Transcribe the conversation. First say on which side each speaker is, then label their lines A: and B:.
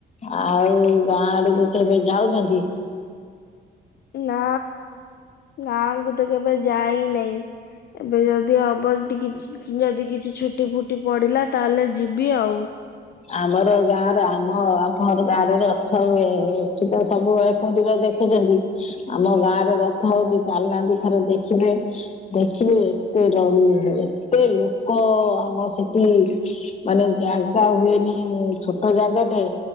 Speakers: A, on the left; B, on the left.
A: ଆଉ ଗାଁ ଆଡୁକୁ କେବେ ଯାଉଛନ୍ତି?
B: ନା ଗାଁଙ୍କୁ ତ କେବେ ଯାଇ ନେଇ। ଏବେ ଯଦି ହବ ଟିକି ଯଦି କିଛି ଛୁଟି ଫୁଟି ପଡିଲା ତାହେଲେ ଯିବି ଆଉ।
A: ଆମର ଗାଁରେ ଆମ ଆମର ଗାଁରେ ରଥ ହୁଏ। ଏଠି ତ ସବୁବେଳେ ପରିବା ଦେଖୁଛନ୍ତି ଆମ ଗାଁ ରେ ରଥ ହଉଛି ଚାଲୁନାହାନ୍ତି ଥରେ ଦେଖିବେ। ଦେଖିବେ ଏତେର ଏତେ ଲୋକ ଆମ ସେଠି। ମାନେ ଜାଗା ହୁଏନି ଛୋଟ ଜାଗା ଟେ।